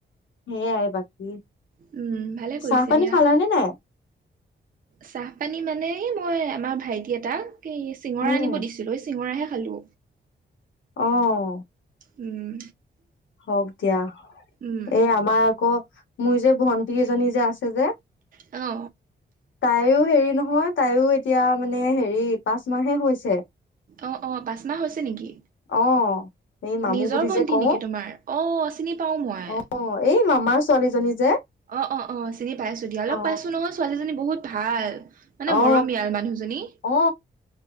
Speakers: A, on the left; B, on the right.
A: সেইয়াই বাকী।
B: উম ভালে কৰিছে
A: চাহ পানী
B: দিয়া
A: খালা নে নাই।
B: চাহ পানী মানে এই মই আমাৰ ভাইটি এটা এই চিঙৰা
A: উম
B: আনিব দিছিলোঁ এই চিঙৰাহে খালো।
A: অ'
B: উম
A: হওক দিয়া
B: উম
A: এইয়া আমাৰ আকৌ মোৰ যে ভন্টি এজনী যে আছে যে
B: অ
A: তাইও হেৰি নহয় তাইও এতিয়া মানে হেৰি পাঁচ মাহে হৈছে।
B: অ অ পাঁচমাহ হৈছে নেকি
A: অ এই মামু
B: নিজৰ
A: বুলি
B: ভন্টি
A: যে কওঁ
B: নেকি তোমাৰ অ চিনি পাও মই
A: অ' এই মামাৰ ছোৱালীজনী যে।
B: অ', অ', অ', চিনি পাইছো দিয়া।
A: অ
B: লগ পাইছো নহয় ছোৱালীজনী বহুত ভাল। মানে
A: অ
B: মৰমীয়াল মানুহজনী
A: অ